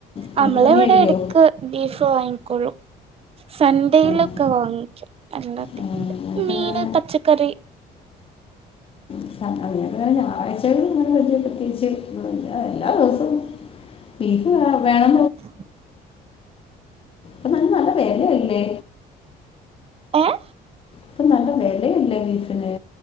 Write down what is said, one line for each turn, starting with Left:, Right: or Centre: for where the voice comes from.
Left: കഴ
Right: നമ്മളെവിടെ
Left: പന്നി കഴിക്കോ
Right: ഇടക്ക് ബീഫ് വാങ്ങികൊള്ളു സൺഡേയിലൊക്കെ
Left: ആ
Right: വാങ്ങിക്കും അങ്ങനത്തെ
Left: ഞങ്ങൾക്കങ്ങനെ
Right: മീന് പച്ചക്കറി
Left: ക്കെ ഞായറാഴ്ച്ചെയ്യും അങ്ങനെ വണ്ടിയയേച്ച എല്ലാ ദിവസവും ബീഫ് വേണം
Right: ഉ
Left: അപ്പൊ ന നല്ല വെലയല്ലേ
Right: ഏഹ്
Left: ഇപ്പ നല്ല വെലയല്ലേ ബീഫിന്